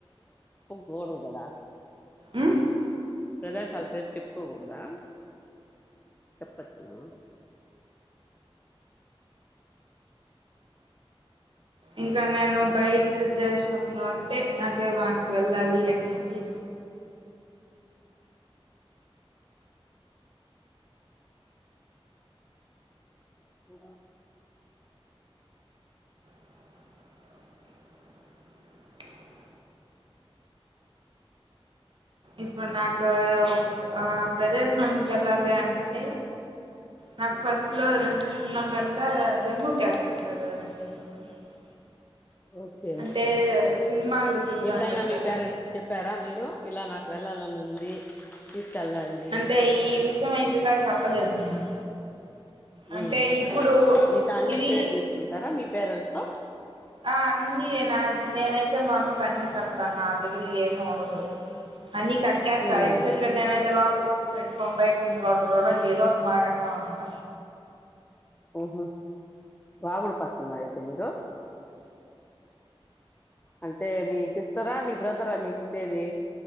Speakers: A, on the left; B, on the right.
A: గోడుదదా
B: ఉమ్
A: ప్రజా సాల్ప చెప్పుకోబందా చెప్పత్నా అ
B: ఇంకా నేను బయట దేశంలో అంటే అంటే మాకు వెళ్ళాలి అనేది
A: పో
B: కే ఇప్పుడు నాకు ఒక ఆ ప్రదేశానికి వెళ్ళాలి అంటే నాకు ఫస్ట్ లో అంటే చిన్నప్పుడు ఎంత జమ్మ ఆధ్యాత్మిక కదాలంటే ఇష్టం నాకు
A: ఓకే
B: అంటే
A: ఓకే
B: సినిమాలు చూస్తా
A: ఎప్పుడైనా
B: ఉంటాను
A: మీ
B: కదా
A: పేరెంట్స్ చెప్పారా మీరు ఇలా నాకు వెళ్ళాలని ఉంది తీసుకెళ్ళండి
B: అంటే ఈ విషయం అయితుగా చెప్పలేదు నేను అంటే
A: ఉమ్
B: ఇప్పుడు
A: మీతో అన్ని
B: ఇది
A: షేర్ చేసుకుంటారా మీ పేరెంట్స్ తో
B: ఆ అన్ని నేను నేనైతే మా అమ్మకు అన్నీ చెప్తాను నాదిగ ఏంనదు అని కక్కాల్ కయితే
A: ఉమ్,
B: లోలాపల పెట్టుకోం బయటి రడ్ రోడ ఏదో ఒక మాలాడతా ఉంట
A: ఉఊహ రగుడు పసన్న అయితేనిరు అంటే మీ సిస్టరా మీ బ్రదరా మీకు ఉండేది